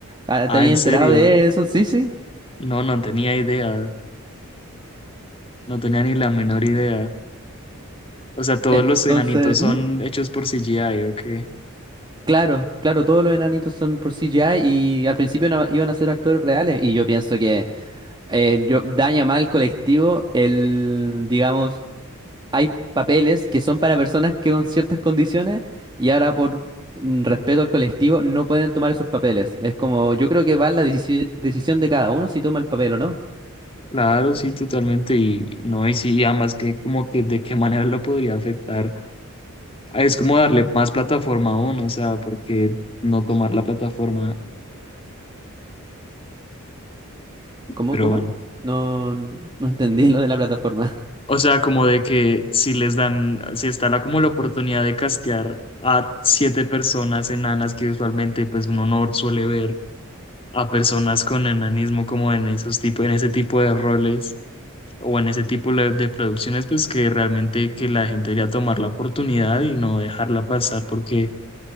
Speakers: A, on the right; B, on the left.
A: ah,
B: Ah,
A: te habías
B: ¿en
A: enterado
B: serio?
A: de eso? Sí, sí.
B: No, no tenía idea, no tenía ni la menor idea. O sea, todos
A: Entonces,
B: los enanitos son
A: ¿Mm?
B: hechos por CGI, ¿o qué?
A: Claro, claro, todos los enanitos son por CGI y al principio no- iban a ser actores reales. Y yo pienso que eh, yo, daña más al colectivo el, digamos, hay papeles que son para personas que con ciertas condiciones y ahora por mm, respeto al colectivo no pueden tomar esos papeles. Es como, yo creo que va en la decisi- decisión de cada uno si toma el papel o no.
B: Claro, sí, totalmente, y no, y sí, y además que como que de qué manera lo podría afectar Es como darle más plataforma a uno, o sea, porque no tomar la plataforma,
A: ¿Cómo,
B: pero
A: cómo?
B: bueno.
A: No, no entendí lo de la plataforma.
B: O sea, como de que si les dan, si está la, como la oportunidad de castear a siete personas enanas que usualmente pues uno no suele ver a personas con enanismo como en esos tipo, en ese tipo de roles o en ese tipo de, de producciones, pues que realmente que la gente debería tomar la oportunidad y no dejarla pasar porque